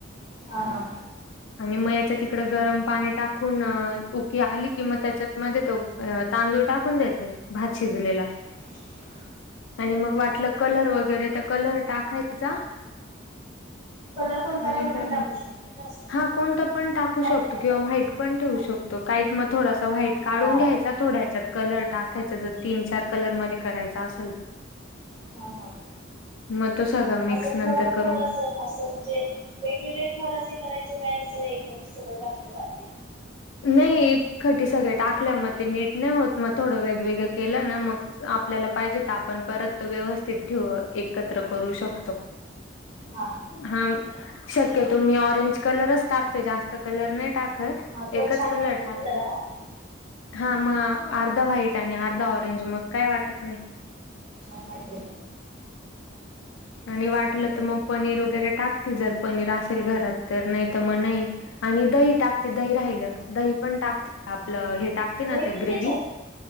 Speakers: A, on the right; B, on the left.
A: हा हा
B: आणि मग याच्या तिकड गरम पाणी टाक, खून उकी आली कि मग त्याच्यात मध्ये तो तांदूळ टाकून देते भात शिजलेला,
A: ह
B: आणि मग वाटलं कलर वगैरे तर कलर टाकायचा ‌
A: कलर कोणता
B: नाही
A: पण आपण
B: तर
A: टाकू शकतोय ना असं
B: हा कोणत पण टाकू
A: खाण्याचा
B: शकतो
A: कलर
B: किंवाट पण ण ठे
A: हा
B: शकतो काही मग थोडासा व्हाईट काढून
A: हा
B: घ्यायचा तोडायच्यात कलर टाकायचा जर तीन चार कलर मध्ये करायचा असेल तर
A: हा हा
B: मग तो सगळा मिक्स
A: असं
B: नंतर
A: थर
B: करून
A: थर असं असं म्हणजे, वेगवेगळे थर असे करायचे काय असं एकदम सगळं घाकलं जाते
B: नाही एक खटी सगळे टाकल्या मग ते नीट नाही होत मग थोडं वेगवेगळं केलं ना मग आपल्याला पाहिजे तर आपण परत व्यवस्थित ठेव एकत्र करू शकतो
A: हा
B: हा शक्य तुम्ही ऑरेंज कलरच टाकत जास्त कलर नाही टाकत
A: हा तो
B: एकच
A: छान
B: कलर
A: वाटतो
B: टाकते
A: ना जरा भाताला.
B: हा मग अर्धा व्हाईट आणि अर्धा ऑरेंज मग काय वाटत नाही
A: वाट
B: आणि वाटलं तर मग पनीर वगैरे टाकते जर पनीर असेल घरात तर नाही तर मग नाही. आणि दही टाकते
A: होय
B: दही राहिलं
A: का?
B: दही पण टाकते आपलं हे. टाकते ना
A: दही पण
B: ग्रे
A: त्याच्यात?